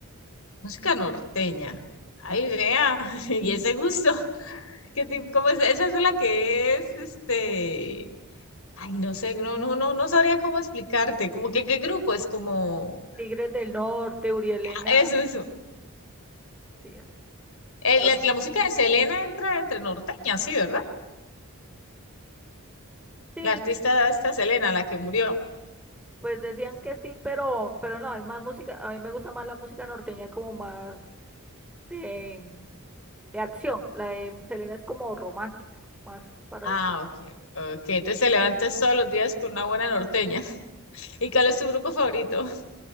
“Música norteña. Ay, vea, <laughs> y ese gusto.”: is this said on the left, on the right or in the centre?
Left